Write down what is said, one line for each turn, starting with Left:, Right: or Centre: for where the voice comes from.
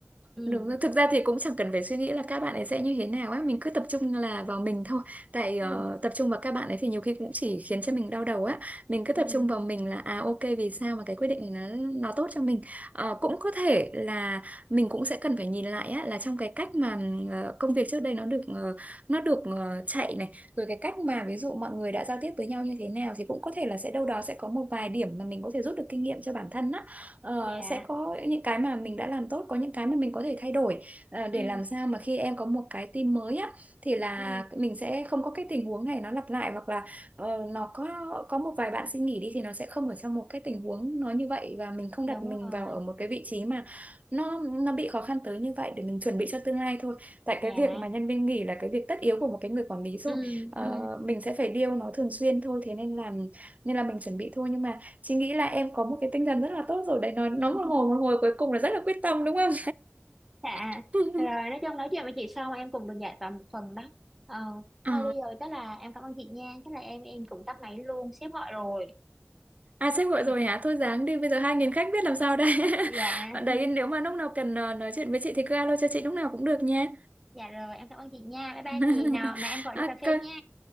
Centre: ừ
Right: Đúng rồi. Thực ra thì cũng chẳng cần phải suy nghĩ là các bạn ấy sẽ như thế nào á, mình cứ tập trung là vào mình thôi. Tại ờ,
Centre: ừ
Right: tập trung vào các bạn ấy thì nhiều khi cũng chỉ khiến cho mình đau đầu á. Mình cứ tập
Centre: ừ
Right: trung vào mình là à ok vì sao mà cái quyết định này nó nó tốt cho mình. Ờ, cũng có thể là mình cũng sẽ cần phải nhìn lại á là trong cái cách mà ờ, công việc trước đây nó được ờ, nó được ờ, chạy này, rồi cái cách mà ví dụ mọi người đã giao tiếp với nhau như thế nào thì cũng có thể là sẽ đâu đó sẽ có một vài điểm mà mình có thể rút được kinh nghiệm cho bản thân á Ờ,
Centre: dạ
Right: sẽ có những cái mà mình đã làm tốt có những cái mà mình có thể thay đổi ờ, để
Centre: ừ
Right: làm sao mà khi em có một cái team mới á thì là
Centre: ừ
Right: mình sẽ không có cái tình huống này nó lặp lại hoặc là ờ, nó có có một vài bạn xin nghỉ đi thì nó sẽ không ở trong một cái tình huống nó như vậy và mình không
Centre: đúng
Right: đặt mình
Centre: rồi
Right: vào ở một cái vị trí mà nó nó bị khó khăn tới như vậy để mình chuẩn bị cho tương lai thôi tại
Centre: dạ
Right: cái việc mà nhân viên nghỉ là cái việc tất yếu của một cái người quản lý rồi
Centre: ừ
Right: Ờ,
Centre: ừ
Right: mình sẽ phải điều nó thường xuyên thôi thế nên là nên là mình chuẩn bị thôi nhưng mà chị nghĩ là em có một cái tinh thần rất là tốt rồi đấy nói nói
Centre: ừ
Right: một
Centre: <laughs>
Right: hồi một hồi cuối cùng là rất là quyết tâm đúng không
Centre: Dạ,
Right: <laughs>
Centre: rồi nói chung nói chuyện với chị xong em cũng được giải tỏa một phần đó. Ờ,
Right: Ờ.
Centre: thôi bây giờ tức là em cảm ơn chị nha, tức là em em cũng tắt máy luôn, sếp gọi rồi.
Right: À sếp gọi
Centre: Ừ.
Right: rồi hả? Thôi dáng đi, bây giờ 2.000 khách biết làm sao đây.
Centre: Dạ,
Right: <laughs>
Centre: <laughs>
Right: Đấy nếu mà lúc nào cần ờ, nói chuyện với chị thì cứ alo cho chị lúc nào cũng được nha.
Centre: dạ rồi em cảm ơn chị nha, bye bye
Right: <laughs>
Centre: chị nào, nào em gọi
Right: Ok,
Centre: đi cà phê nha.